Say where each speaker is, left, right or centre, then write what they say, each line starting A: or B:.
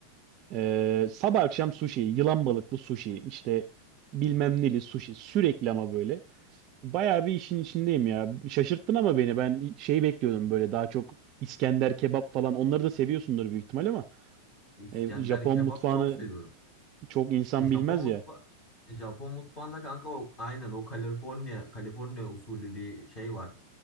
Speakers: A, on the right; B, on the left.
A: Ee, sabah akşam sushi, yılan balıklı sushi, işte bilmem neli sushi sürekli ama böyle. Bayağı bir işin içindeyim ya. Şaşırttın ama beni. Ben şey bekliyordum böyle daha çok İskender kebap falan. Onları da seviyorsundur büyük ihtimal ama
B: İskender
A: e, Japon
B: kebap
A: mutfağını
B: çok seviyorum.
A: çok insan
B: E, Japon
A: bilmez
B: mutfa
A: ya.
B: e, Japon mutfağında kanka o aynen o Kaliforniya Kaliforniya usulü bir şey var.